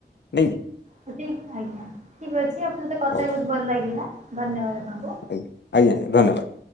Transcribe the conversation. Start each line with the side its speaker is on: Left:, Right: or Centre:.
Left: ନାଇଁକି?
Right: ଠିକ ଆଜ୍ଞା, ଠିକ ଅଛି ଆପଣଙ୍କ ସହିତ କଥା
Left: ହଉ
Right: ହ ବହୁତ ଭଲ ଲାଗିଲା ଧନ୍ୟବାଦ। ଆପଣଙ୍କୁ
Left: ଆଜ୍ଞା ଆଜ୍ଞା ଆଜ୍ଞା ଧନ୍ୟବାଦ।